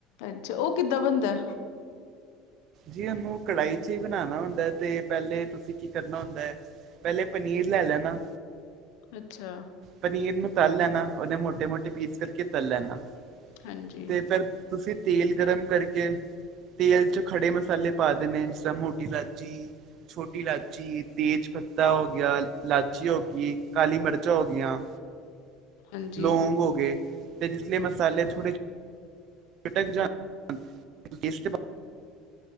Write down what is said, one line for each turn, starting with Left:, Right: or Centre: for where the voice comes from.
Left: ਅੱਛਾ, ਓ ਕਿੱਦਾਂ ਬਨਦਾ?
Right: ਜੀ ਓਨੂੰ ਕੜਾਹੀ 'ਚ ਹੀ ਬਨਾਨਾ ਹੁੰਦਾ ਐ ਤੇ ਪਹਿਲੇ ਤੁਸੀਂ ਕੀ ਕਰਨਾ ਹੁੰਦਾ ਹੈ। ਪਹਿਲੇ ਪਨੀਰ ਲੈ ਲੈਨਾ।
Left: ਅੱਛਾ।
Right: ਪਨੀਰ ਨੂੰ ਤਲ ਲੈਨਾ, ਓਦੇ ਮੋਟੇ-ਮੋਟੇ ਪੀਸ ਕਰਕੇ ਤਲ ਲੈਨਾ
Left: ਹਾਂਜੀ,
Right: ਤੇ ਫਿਰ ਤੁਸੀਂ ਤੇਲ ਗਰਮ ਕਰਕੇ ਤੇਲ 'ਚ ਖੜੇ ਮਸਾਲੇ ਪਾ ਦੇ ਨੇ ਜਿਸ ਤਰ੍ਹਾਂ ਮੋਟੀ ਲਾਚੀ ਛੋਟੀ ਇਲਾਚੀ, ਤੇਜ ਪੱਤਾ ਹੋ ਗਿਆ, ਲਾਚੀ ਹੋ ਗੀ, ਕਾਲੀ ਮਰਚਾਂ ਹੋਗਿਆਂ।
Left: ਹਾਂਜੀ,
Right: ਲੌਗ ਹੋ ਗੇ ਤੇ ਜਿਸ ਲੇ ਮਸਾਲੇ ਥੋੜੇ <unintelligible>